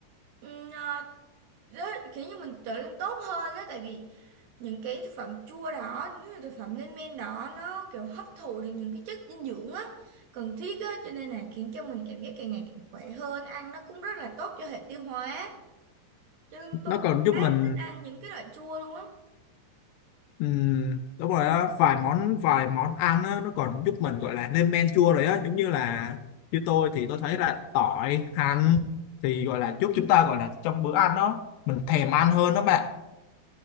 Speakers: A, on the right; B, on the left.
A: ừm, ờ, rất- khiến cho mình trở nên tốt hơn đó tại vì những cái thực phẩm chua đó những cái thực phẩm lên men đó nó kiểu hấp thụ được những cái chất dinh dưỡng á cần thiết á cho nên là khiến cho mình cảm giác càng ngày càng khỏe hơn ăn nó cũng rất là tốt cho hệ tiêu hóa chứ tôi
B: Nó còn
A: cũng
B: giúp
A: khá
B: mình
A: thích ăn những cái loại chua luôn á
B: Ừ, đúng rồi á vài món vài món ăn á, nó còn giúp mình gọi là lên men chua rồi á giống như là như tôi thì tôi thấy là tỏi hành thì gọi là giúp chúng ta gọi là trong bữa ăn đó mình thèm ăn hơn đó bạn